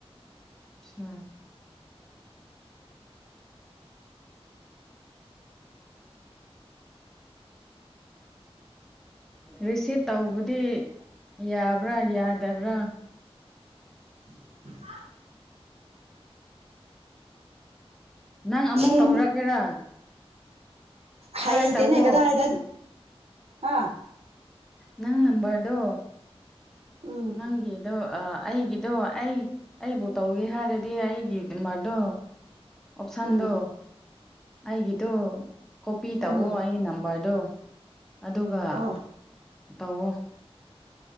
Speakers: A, in the centre; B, on the right.
A: ꯑꯥ ꯔꯤꯁꯤꯞ ꯇꯧꯕꯗꯤ ꯌꯥꯕ꯭ꯔꯥ ꯌꯥꯗꯕ꯭ꯔꯥ
B: <inaudible>
A: ꯅꯪ ꯑꯃꯨꯛ
B: ꯁꯦꯝ
A: ꯇꯧꯔꯒꯦꯔꯥ
B: ꯍꯩꯇꯦꯅꯦ
A: ꯇ꯭ꯔꯥꯏ ꯇꯧꯋꯣ
B: ꯀꯗꯥ ꯍꯥꯏꯗ ꯑ
A: ꯅꯪ ꯅꯝꯕꯔꯗꯣ
B: ꯎꯝ
A: ꯅꯪꯗꯣ ꯑꯩꯒꯤ ꯑꯗꯣ ꯑꯩ ꯑꯩꯕꯨ ꯇꯧꯒꯦ ꯍꯥꯏꯔꯗꯤ ꯑꯩꯒꯤ ꯃꯗꯣ ꯑꯣꯞꯁꯟꯗꯣ
B: ꯎꯝ
A: ꯑꯩꯒꯤꯗꯣ ꯀꯣꯄꯤ ꯇꯧꯋ
B: ꯎꯝ
A: ꯑꯩꯒꯤ ꯅꯝꯕꯔꯗꯣ ꯑꯗꯨꯒ
B: ꯑꯣ
A: ꯇꯧꯑꯣ